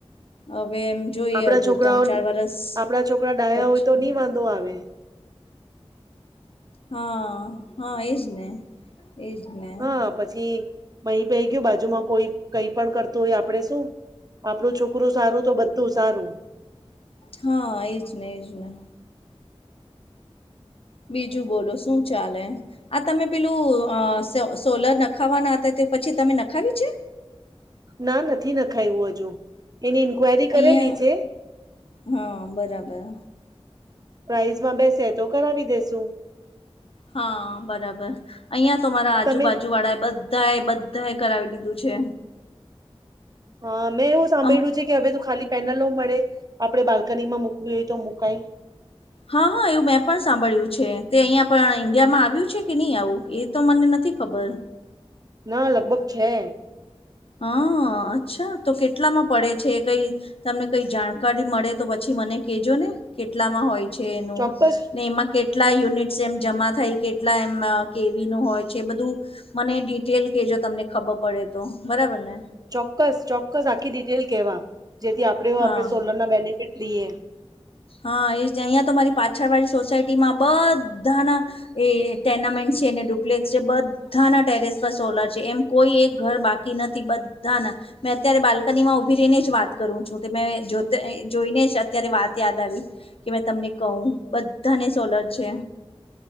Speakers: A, on the left (about 65°); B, on the right (about 40°).
A: હવે એમ જોઈએ
B: આપડા
A: હજુ
B: છોકરાઓ
A: ત્રણ ચાર વરસ
B: આપડા છોકરા ડાયા
A: પછી
B: <unintelligible> આવે
A: હા હા એજ ને એજ ને
B: હા પછી મહી પઈ ગયું બાજુમાં કોઈ કઈ પણ કરતું હોય આપડણે શું આપણું છોકરું સારું તો બધું સારું
A: હા એજ ને એજ ને બીજું બોલો શું ચાલે આ તમે પેલું અ સો સોલર નખાવાના હતા તે પછી તમે નખાવી છે
B: ના નથી ના ખાયવુ હજુ એની ઇન્ક્વાયરી કરેલી
A: અહિયાં
B: છે
A: હા બરાબર
B: પ્રાાઈઝ માં બેસે તો કરાવી દેસુ
A: હા બરાબર અહિયાં તો મારા આજુબાજુ
B: તમે
A: વાળા બ બધા એ બધા એ કરાવી દીધું છે
B: હ મેં એવું સાંભળ્યું
A: આમ
B: છે કે હવે તો ખાલી પેનલો મળે આપડણે બાલ્કની માં મુૂકવી હોય તો મુકાય
A: હા હા એવું મેં પણ સાંભળ્યું છે તે અહીયાં પણ ઈન્ડિયામાં આવ્યું છે કે નહી આવું એ તો મને નથી ખબર
B: ના લગભગ છે
A: હા અચ્છા તો કેટલામાં પડે છે એ કઈ તમને કઈ જાણકારી મળે તો પછી મને કેજો ને કેટલામાં હોય છેં એનું
B: ચોક્કસ
A: ને એમાં કે કેટલા યુનિટ્સ એમ જમા થાય કેટલા એમ કેવી નો હોય છે બધું મને ડિટેલ કેજો તમને ખબર પડે તો બરાબર ને
B: ચોક્કસ ચોક્કસ આખી ડિટેલ કેવા જેથી આપણેે
A: હા
B: આપણે સોલર ના બેનિફિટ લઈએ
A: હા એજ અહીંયા તો મારી પાછળ વાળી સોસાયટીમાં બધાના એ ટોર્નામેન્ટ છે ને ડુપ્લેક્સ છે બધ બધાના ટેરેસ પર સોલર છે એમ કોઈ એક ઘર બાકી નથી બધાના મેં અત્યારે બાલ્કની માં ઉભી રહીને જ વાત કરું છું મે જો તે જોઈને જ અત્યારે વાત યાદ આવી કે મે તમને કહું બધાને સોલર છે